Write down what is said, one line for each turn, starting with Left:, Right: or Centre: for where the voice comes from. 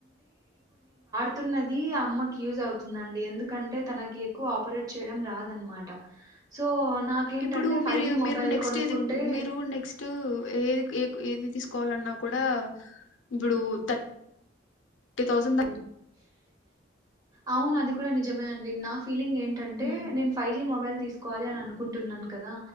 Right: వతున్నది ఆ అమ్మకి యూజ్ అవుతుందండి ఎందుకంటే తనకి ఎక్కువ ఆపరేట్ చేయడం రాదనమాట సో నాకేంటంటే
Left: ఇప్పుడు
Right: ఫైవ్
Left: మీరు
Right: జీ
Left: మీరు
Right: మొబైల్
Left: నెక్స్ట్
Right: కొనుక్కుంటే
Left: ఏది మీరు నెక్స్ట్ ఏది ఏది తీ కోవాలన్నా కూడా ఇప్పుడు థర్టీ థౌసండ్ త
Right: అవును అది కూడా నిజమే అండి నా ఫీలింగ్ ఏంటంటే
Left: మ్
Right: నేను ఫైవ్ జి మొబైల్ తీసుకోవాలి అని అనుకుంటున్నాను కదా